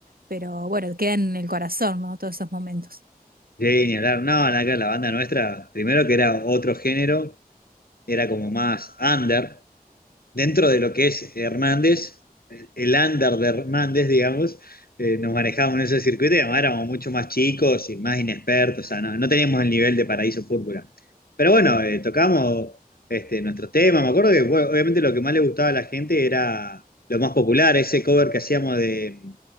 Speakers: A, on the right; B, on the left.
A: pero bueno, queda en el corazón, ¿no? Todos esos momentos.
B: Sí, ni hablar, no, la, la banda nuestra, primero que era otro género, era como más under, dentro de lo que es Hernández, el under de Hernández, digamos, eh, nos manejábamos en ese circuito y además éramos mucho más chicos y más inexpertos, o sea, no, no teníamos el nivel de Paraíso Púrpura. Pero bueno, eh, tocamos este, nuestros temas, me acuerdo que bueno, obviamente lo que más le gustaba a la gente era lo más popular, ese cover que hacíamos de,